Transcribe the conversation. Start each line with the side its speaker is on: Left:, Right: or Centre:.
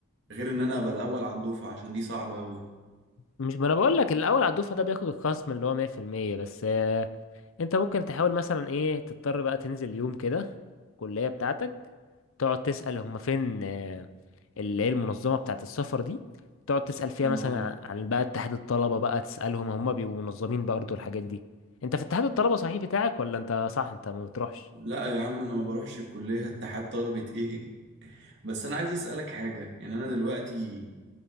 Right: غير ان انا ابقى الاول على الدفعه عشان دي صعبه قوي
Left: مش ما انا بقول لك الاول على الدفعه ده بياخد الخصم اللي هو 100% بس انت ممكن تحاول مثلا ايه تضطر بقى تنزل يوم كده الكلية بتاعتك تقعد تسأل هما فين آه، اللي هي المنظمة بتاعت السفر دي تقعد تسأل فيها
Right: اه
Left: مثلا عن عن بقى اتحاد الطلبة بقى تسألهم هما بيبقوا منظمين برضه الحاجات دي انت في اتحاد الطلبة صحيح بتاعك ولا انت صح انت ما بتروحش
Right: لا يا عم انا ما بروحش الكليه <laughs> اتحاد طلبه ايه <laughs> بس انا عايز اسالك حاجه يعني انا دلوقتي